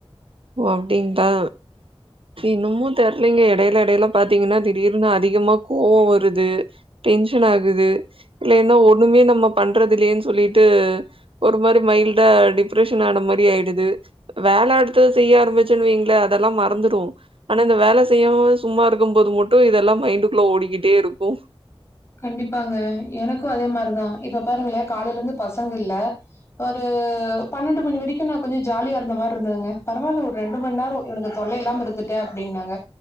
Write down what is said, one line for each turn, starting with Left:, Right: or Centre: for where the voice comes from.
Right: ஓ அப்டிங்களா இன்னுமு தெரலங்க இடையில இடையில பாத்தீங்கன்னா திடீர்னு அதிகமா கோவோ வருது டென்ஷன் ஆகுது இல்லன்னா ஒண்ணுமே நம்ம பண்றதில்லேன்னு சொல்லிட்டு ஒரு மாரி மைல்டா டிப்ரஷன் ஆன மாரி ஆயிடுது வேலடு த்இதே ஆரம்பிச்சொனு வைங்களே அதெல்லா மறந்துருவோ ஆனாத் த இந்த வேல செய்யாம சும்மா இருக்கு போது மட்டு இதெல்லா மைண்டுக்குள்ள ஓடிக்கிட்டே இருக்கு
Left: கண்டிப்பாங்க எனக்கு அதே மாரிதா இப்ப பாருங்கலே காலயில இருந்து பசங்க இல்ல ஓரு பன்னெண்டு மணி வரைக்கும் நான் கொஞ்சோ ஜாலியா இருந்த மாரி இருந்ததுங்க பரவாயில ஒரு ரெண்டு மணி நேரம் இவனகு தொல்லை இல்லாம இருந்துட்ட அப்படின்னாங்க